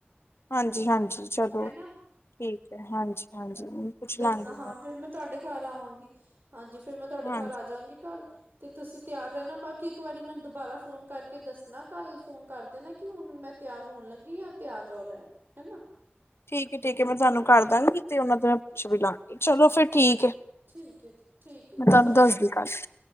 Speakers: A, on the left; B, on the right.
A: ਹਾਂਜੀ, ਹਾਂਜੀ ਚਲੋ
B: ਹਨਾ
A: ਠੀਕ। ਹਾਂਜੀ। ਹਾਂਜੀ ਪੁੱਛ
B: ਦੱਸਣਾ
A: ਲਾਂਗੀ
B: ਹਾਂ ਫੇਰ ਮੈਂ ਤੁਹਾਡੇ ਘਰ ਆਵਾਂਗੀ। ਹਾਂਜੀ, ਫੇਰ ਮੈਂ ਤੁਹਾਡੇ
A: ਹਾਂਜੀ
B: ਘਰ ਆ ਜਾਵਾਂਗੀ ਕੱਲ। ਤੇ ਤੁਸੀਂ ਤਿਆਰ ਰਹਿਣਾ ਬਾਕੀ ਇੱਕ ਵਾਰੀ ਮੈਨੂੰ ਦੁਬਾਰਾ ਫੋਨ ਕਰਕੇ ਦੱਸਣਾ ਕੱਲ ਫੋਨ ਕਰ ਦੇਣਾ ਕਿ ਹੁਣ ਮੈਂ ਤਿਆਰ ਹੋਣ ਲੱਗੀ ਜਾਂ ਤੇ ਆ ਜਾਓ ਲੈਣ ਹੈ ਨਾ।
A: ਠੀਕ ਏ, ਠੀਕ ਏ, ਮੈਂ ਤੁਹਾਨੂੰ ਕਰਦਾਂਗੀ। ਤੇ ਉਹਨਾਂ ਤੋਂ
B: ਠੀਕ
A: ਪੁੱਛ
B: ਹੈ ਜੀ
A: ਵੀ ਲਾਂਗੀ, ਚਲੋ ਫਿਰ ਠੀਕ ਹੈ
B: ਠੀਕ ਹੈ ਜੀ, ਠੀਕ ਹੈ
A: ਮੈਂ
B: ਜੀ,
A: ਤੁਹਾਨੂੰ
B: ਸਤਿ
A: ਦੱਸਦੀ
B: ਸ਼੍ਰੀ ਅਕਾਲ
A: ਕੱਲ
B: ਜੀ।